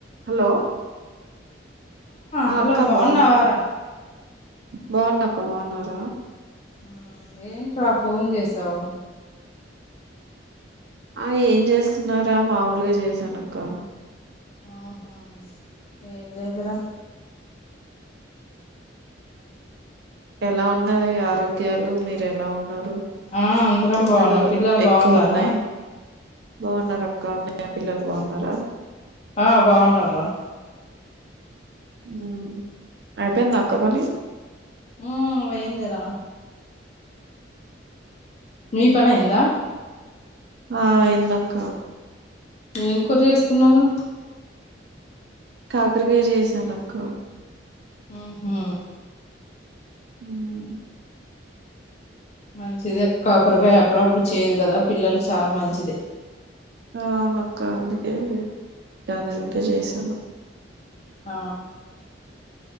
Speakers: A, on the right; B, on the left.
A: Hello ఆ
B: hello
A: అక్క
B: బాగున్నావారా
A: బాగున్న బాగున్నాక్క బాగున్నారా
B: ఉ ఏంట్రా ఫోన్ చేసావు
A: ఆ ఏం చేస్తున్నారా మాముూలుగా చేసానక్క
B: ఆహా ఏమి లేదురా
A: ఎలా ఉన్నాయి ఆరోగ్యాలు మీరు ఎలా ఉన్నారు
B: ఆ అందరం
A: ఎండలు
B: బాగున్నాం పిల్లలు
A: ఎక్కువ
B: బాగున్నారా
A: ఉన్నాయి బాగున్నారు అక్క అన్నయ్య పిల్లలు బాగున్నార
B: ఆ బాగున్నారు రా
A: ఉ అయిపోయిందా అక్క పని
B: ఉ అయింది రా మీ పని అయిందా
A: ఆ అయింద్ అక్క
B: ఏం కూర చేసుకున్నారు
A: కాకరకాయ చేసానక్క
B: ఉహు
A: ఉమ్
B: మంచిదే కాకరకాయ అప్పుడప్పుడు చేదు కదా పిల్లలకు చాలా మంచిదే
A: అవునక్క అందుకే గదింక చేసాను
B: ఆ